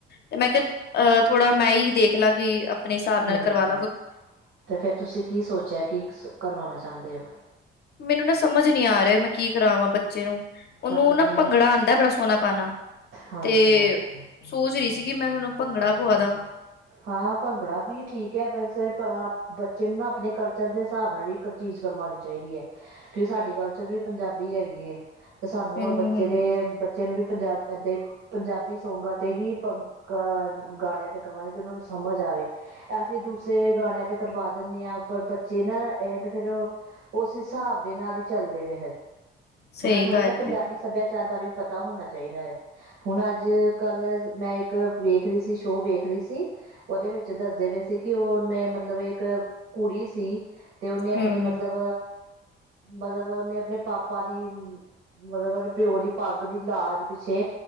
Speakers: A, on the left (about 55°); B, on the right (about 80°).
A: ਤੇ ਮੈਂ ਕਿਹਾ ਅ ਥੋੜਾ ਮੈਂ ਹੀ ਦੇਖ ਲਾ ਗੀ, ਆਪਣੇ ਹਿਸਾਬ ਨਾਲ
B: ਹੂੰ
A: ਕਰਵਾ
B: ਤੇ ਫੇਰ ਤੁਸੀਂ ਕੀ ਸੋਚਿਆ ਕੀ ਕਰਵਾਣਾ, ਚਾਦੇ ਔ,
A: ਮੈਨੂੰ ਨਾ ਸਮਝ ਨੀ ਆ ਰਹੇ ਮੈਂ ਕੀ ਕਰਾਵਾਂ ਬੱਚੇ ਨੂੰ ਉਹਨੂੰ
B: ਪਰ ਤੁਸੀਂ
A: ਨਾ ਭੰਗੜਾ ਆਦਾ ਬੜਾ ਸੋਹਣਾ ਪਾਣਾ
B: ਹਾਂਜੀ
A: ਤੇ
B: ਹਾਂਜੀ
A: ਸੋਚ ਰਹੀ ਸੀ। ਕਿ ਮੈਂ ਤੁਹਾਨੂੰ ਭੰਗੜਾ ਪਾਵਾਦਾ,
B: ਹਾਂ ਭੰਗੜਾ ਵੀ ਠੀਕ ਹੈ ਬੈਸੇ ਬੱਚੇ ਨੂੰ ਨਾ ਆਪਣੇ ਕਲਚਰ ਦੇ ਹਿਸਾਬ ਨਾਲ ਹੀ ਇੱਕ ਚੀਜ਼ ਕਰਵਾਣੀ ਚਾਹੀਦੀ ਹੈ, ਕਿਉ ਸਾਡਡੀ ਕਲਚਰ ਵੀ ਪੰਜਾਬੀ ਹੈਗੀ। ਤੇ ਸਾਨੂੰ
A: ਹੂੰ-ਹੂੰ।
B: ਬੱਚੇ ਦੇ ਬੱਚੇ ਨੂੰ ਵੀ, ਪੰਜਾਬ ਏਦਾਂ ਪੰਜਾਬੀ ਸੌਂਗਾਂ ਤੇ ਹੀ ਅ ਗਾਣਿਆਂ ਤੇ ਕਰਵਾ। ਉਹਨਾਂ ਨੂੰ ਸਮਝ ਆਵੇ ਅਸੀਂ ਦੂਸਰੇ ਗਾਣਿਆਂ ਤੇ ਕਰਵਾ ਦਿੰਦੇ ਹਾਂ ਪਰ ਬੱਚੇ ਨਾ ਇਹ ਫੇਰ ਉਸ ਹਿਸਾਬ ਦੇ ਨਾਲ ਹੀ ਚੱਲਦੇ ਨੇ ਫਿਰ
A: ਸਹੀ
B: ਉਹਨਾਂ ਥੋੜ੍ਹੀ
A: ਗੱਲ
B: ਨਾ ਪੰਜਾਬੀ
A: ਏ।
B: ਸੱਭਿਆਚਾਰ ਬਾਰੇ ਵੀ ਪਤਾ ਹੋਣਾ ਚਾਹੀਦਾ ਹੈ। ਹੁਣ ਅੱਜ ਕੱਲ ਮੈਂ ਇੱਕ ਵੇਖ ਰਹੀ ਸੀ ਸ਼ੋਅ ਵੇਖ ਰਹੀ ਸੀ। ਉਹਦੇ ਵਿੱਚ ਦੱਸਦੇ ਹੋਏ ਸੀ, ਕਿ ਉਹਨੇ ਮਤਲਬ ਇੱਕ ਕੁੜੀ ਸੀ। ਅਤੇ ਉਹਨੇ
A: ਹੂੰ-ਹੂੰ,
B: ਆਪਣੇ ਮਤਲਬ ਮਤਲਬ ਉਹਨੇ ਆਪਣੇ ਪਾਪਾ ਦੀ ਮਤਲਬ ਪਿਓ ਦੀ ਪੱਗ ਦੀ ਲਾਜ ਪਿੱਛੇ